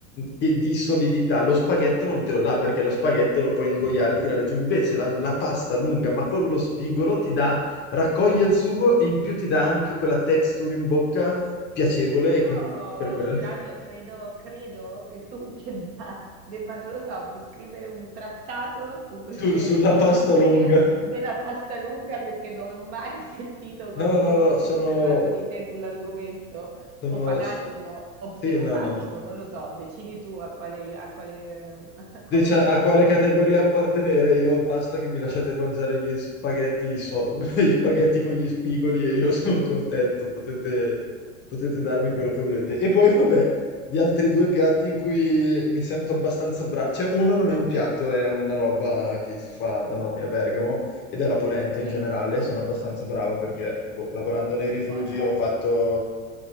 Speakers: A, on the left (about 30°); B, on the right (about 40°).
A: che- di solidità, lo spaghetto non te lo dà perché lo spaghetto lo puoi ingoiare e tirare giù, invece la, la pasta lunga ma con lo spigolo ti dà, raccoglie il sugo e in più ti dà anche quella texture in bocca piacevole
B: Io,
A: e quindi per quello.
B: Flavio,
A: <laughs>
B: credo, credo che tu <laughs> debba, debba, non lo so, scrivere un trattato su queste
A: Su- sulla
B: specifiche
A: pasta lunga.
B: della pasta lunga perché non ho mai <laughs> sentito qualcuno
A: No, no, no,
B: più
A: sono,
B: ferrato di te sull'argomento,
A: sono...
B: o fanatico o psicopatico,
A: Sì, no, no, no.
B: non lo so, decidi tu a quale, a quale, <laughs> a quale
A: Dice
B: aggettivo
A: a quale categoria
B: ti vuoi.
A: appartenere? Io basta che mi lasciate mangiare gli spaghetti, so- <laughs> gli spaghetti con gli spigoli e io sono contento, potete, potete darmi quello che volete. E poi vabbè, gli altri due piatti in cui mi sento abbastanza bravo, cioè uno non è un piatto, è una roba che si fa da noi a Bergamo ed è la polenta in
B: Ok?
A: generale, sono abbastanza bravo perché boh, lavorando
B: Mm,
A: nei rifugi
B: Buona.
A: ho fatto,